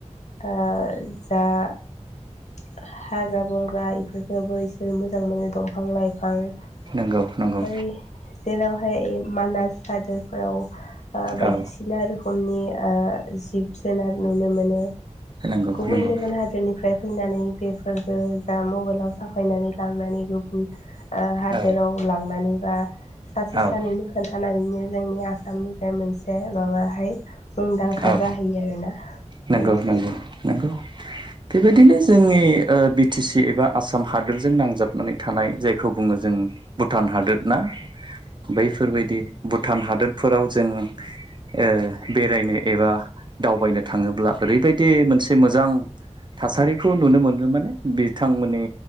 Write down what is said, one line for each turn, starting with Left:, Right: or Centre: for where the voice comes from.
Left: आ जा ग्रा हाग्रा बंग्रा इफोर बो इसोर मोजां मोनो दंफां लाइफां ओमफाय
Right: नंगौ नंगौ
Left: जेरावहाय मानास हादोरफोराव आ बायदिसिना
Right: औ
Left: रोखोमनि आ जिब जुनार नुनो मोनो
Right: नंगौ
Left: गुबुन
Right: नंगौ
Left: गुबुन हादोरनिफ्राय फैनानै बेफोरखौ जा मबाइलाव साफायनानै लांनानै गुबुन ओ हादोराव
Right: औ
Left: लांनानै बा सासे सानैनि
Right: औ
Left: खोन्थानानैनो जोंनि आसामनिफ्राय मोनसे माबाहाय मुंदांखा
Right: औ
Left: जाहैयो आरोना औ
Right: नंगौ
Left: ।
Right: नंगौ नंगौ बेबायदिनो जोंनि ओ बिटि सि एबा आसाम हादोरजों नांजाबनानै थानाय जायखौ बुङो जों भुटान हादोर ना? बैफोरबायदि भुटान हादोरफोराव जों ओ बेरायनो एबा दावबायनो थाङोब्ला ओरैबायदि मोनसे मोजां थासारिखौ नुनो मोनो माने बिथांमोननि